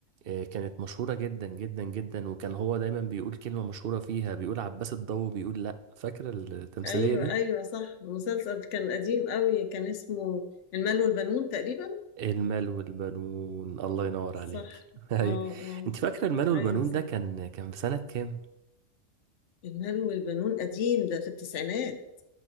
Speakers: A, on the right (about 55°); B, on the left (about 70°).
A: آه، كانت مشهورة جدا جدا جدا وكان هو دايما بيقول كلمة مشهورة فيها بيقول عباس الضو بيقول لا فاكر التمثيلية
B: ايوه
A: دي
B: ايوه صح المسلسل كان قديم قوي كان اسمه المال والبنون تقريبا
A: المال والبنون الله ينور عليك
B: صح
A: <laughs> أيوة.
B: اه اه
A: انت فاكره المال والبنون
B: ايوه صح
A: ده كان كان في سنه كام
B: المال والبنون قديم ده في التسعينات